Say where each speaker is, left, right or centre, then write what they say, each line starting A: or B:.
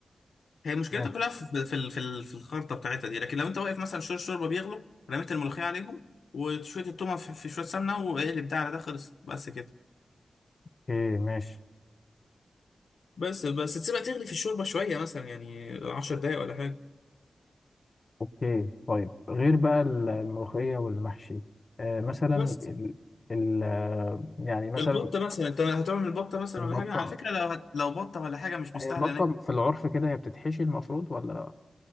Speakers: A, on the left; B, on the left.
A: هي مشكلتها
B: ماشي
A: كلها في في في في في الخلطة بتاعتها دي لكن لو أنت واقف مثلا شوية الشوربة بيغلوا رميت الملوخية عليهم وشوية التومة في في شوية سمنة واقلب ده على ده خلصت بس كده
B: اوكي ماشي
A: بس بس تسيبها تغلي في الشوربه شويه مثلا يعني 10 دقايق ولا حاجه
B: اوكي طيب غير بقى ال- الملوخية والمحشي آه مثلا
A: بس
B: ال... ال... آه، يعني مثلا
A: البطه مثلا انت هتعمل بطه مثلا
B: البطة
A: ولا حاجه على فكره لو هت... لو بطه ولا حاجه مش مستاهله
B: هي البطة
A: ان انت
B: في العرف كده هي بتتحشي المفروض ولا